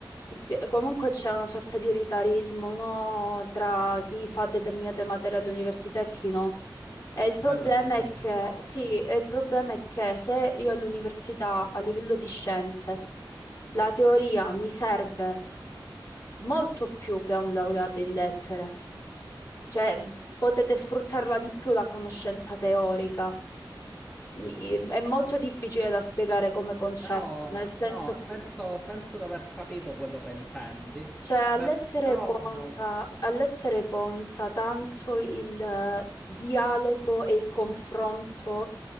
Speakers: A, on the left; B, on the left.
A: ti- comunque c'è una sorta di elitarismo, no? Tra chi fa determinate materie all'università e chi no. E il problema
B: Quello c'è sempre
A: è che,
B: stato.
A: sì, e il problema è che se io all'università, a livello di scienze, la teoria mi serve molto più che a un laureato in lettere, cioè potete sfruttarla di più la conoscenza teorica. Mi-
B: Ps-
A: è molto difficile da spiegare come concetto,
B: Però,
A: nel senso
B: no,
A: che
B: penso, penso di aver capito quello che intendi,
A: cioè, a
B: però
A: lettere conta, a lettere conta tanto il il dialogo e il confronto